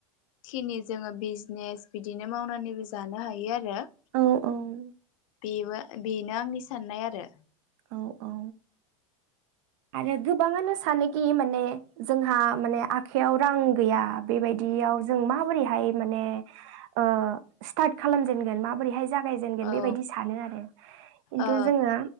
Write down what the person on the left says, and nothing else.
खिनि जोङो बिजनेस बिदिनो मावनानैबो जा हायो <unintelligible>
बेबो बेनो आंनि साननाय आरो।
औ
ओ